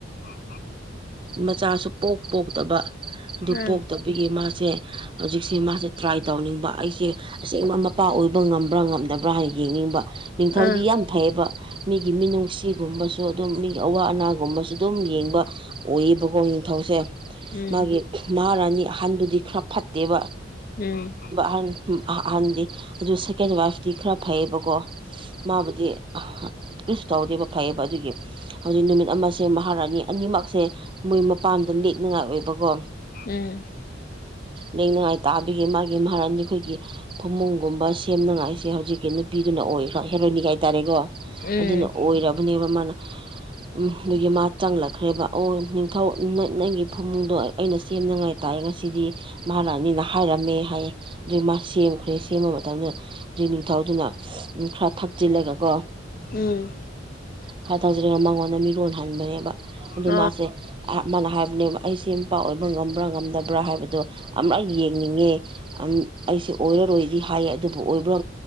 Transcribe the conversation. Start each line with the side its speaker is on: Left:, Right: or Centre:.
Left: ꯑꯣ
Right: ꯃꯆꯥꯁꯨ ꯄꯣꯛ ꯄꯣꯛꯇꯕ ꯑꯗꯨ
Left: ꯎꯝ
Right: ꯄꯣꯛꯇꯕꯒꯤ ꯃꯥꯁꯦ ꯍꯧꯖꯤꯛ ꯃꯥꯁꯦ ꯇ꯭ꯔꯥꯏ ꯇꯧꯅꯤꯡꯕ ꯑꯩꯁꯦ ꯑꯁꯦꯡꯕ ꯃꯄꯥ ꯑꯣꯏꯕ ꯉ꯭ꯔ ꯅꯕ꯭ꯔꯥ ꯍꯥꯏꯅ ꯌꯦꯡꯅꯤꯡꯕ ꯅꯤꯡꯊꯧꯗꯤ
Left: ꯎꯝ
Right: ꯌꯥꯝ ꯐꯩꯌꯦꯕ ꯃꯤꯒꯤ ꯃꯤꯅꯨꯡꯁꯤꯒꯨꯝꯕ ꯁꯨ ꯑꯗꯨꯝ ꯃꯤ ꯑꯋꯥ ꯑꯅꯥꯒꯨꯝꯕꯁꯨ ꯑꯗꯨꯝ ꯌꯦꯡꯕ ꯑꯣꯏꯌꯦꯕꯀꯣ ꯅꯤꯡꯊꯧꯁꯦ
Left: ꯎꯝ ꯎꯝ
Right: ꯃꯥꯒꯤ ꯃꯥꯥꯍꯥꯔꯥꯅꯤ ꯑꯍꯟꯗꯨꯗꯤ ꯈꯔ ꯐꯠꯇꯦꯕ
Left: ꯎꯝ
Right: ꯍꯟ ꯑꯥꯍ ꯑꯍꯥꯟꯗꯤ ꯑꯗꯨ ꯁꯦꯀꯦꯟ ꯋꯥꯏꯐꯇꯤ ꯈꯔ ꯐꯩꯌꯦꯕꯀꯣ ꯃꯥꯕꯨꯗꯤ ꯑꯍ ꯀꯔꯤꯁꯨ ꯇꯧꯗꯦꯕ ꯐꯩꯌꯦꯕ ꯑꯗꯨꯒꯤ ꯍꯧꯖꯤꯛ ꯅꯨꯃꯤꯠ ꯑꯃꯁꯦ ꯃꯍꯥꯔꯥꯅꯤ ꯑꯅꯤꯃꯛꯁꯦ ꯃꯣꯏ ꯃꯄꯥꯝꯗ ꯂꯦꯛꯅꯉꯥꯏ ꯑꯣꯏꯕꯀꯣ
Left: ꯎꯝ
Right: ꯂꯦꯛꯅꯉꯥꯏ ꯇꯥꯕꯤꯒꯤ ꯃꯥꯒꯤ ꯃꯥ ꯐꯔꯅꯤ ꯑꯩꯈꯣꯏꯒꯤ ꯐꯃꯨꯡꯒꯨꯝꯕ ꯁꯦꯝꯅꯉꯥꯏꯁꯦ ꯍꯧꯖꯤꯛꯀꯤ ꯅꯨꯄꯤꯗꯨꯅ ꯑꯣꯏꯈ꯭ꯔꯥ ꯍꯦꯔꯣꯏꯅꯤꯅ ꯍꯥꯏꯇꯥꯔꯦꯀꯣ
Left: ꯎꯝ
Right: ꯑꯗꯨꯅ ꯑꯣꯏꯔꯕꯅꯦꯕ ꯃꯥꯅ ꯎꯝ ꯑꯗꯨꯒꯤ ꯃꯥ ꯆꯪꯂꯛꯈ꯭ꯔꯦꯕ ꯑꯣ ꯅꯤꯡꯊꯧ ꯅ ꯅꯪꯒꯤ ꯐꯃꯨꯡꯗꯣ ꯑꯩꯅ ꯁꯦꯝꯅꯉꯥꯏ ꯇꯥꯥ ꯔꯦ ꯉꯁꯤꯗꯤ ꯃꯍꯥꯔꯥꯅꯤꯅ ꯍꯥꯏꯔꯝꯃꯦ ꯍꯥꯏꯌꯦ ꯑꯗꯨꯏ ꯃꯥ ꯁꯦꯝꯈ꯭ꯔꯦ ꯁꯦꯝꯕ ꯃꯇꯝꯗ ꯑꯗꯨꯗꯒꯤ ꯅꯤꯡꯊꯧꯗꯨꯅ ꯈꯔ ꯊꯛꯆꯤꯜꯂꯒ ꯀꯣ
Left: ꯎꯝ
Right: ꯈꯔ ꯇꯧꯖꯔꯤꯒ ꯃꯉꯣꯟꯗ ꯃꯤꯔꯣꯜꯍꯟꯕꯅꯦꯕ ꯑꯗꯨ
Left: ꯑ
Right: ꯃꯥꯁꯦ ꯑ ꯃꯥꯅ ꯍꯥꯏꯕꯅꯦꯕ ꯑꯩꯁꯦ ꯃꯄꯥ ꯑꯣꯏꯕ ꯉꯝꯕ꯭ꯔꯥ ꯉꯝꯗꯕ꯭ꯔꯥ ꯍꯥꯏꯕꯗꯣ ꯑꯃꯔꯛ ꯌꯦꯡꯅꯤꯡꯉꯦ ꯑꯝ ꯑꯩꯁꯦ ꯑꯣꯏꯔꯔꯣꯏꯗꯤ ꯍꯥꯏꯌꯦ ꯑꯗꯨꯕꯨ ꯑꯣꯏꯕ꯭ꯔꯥ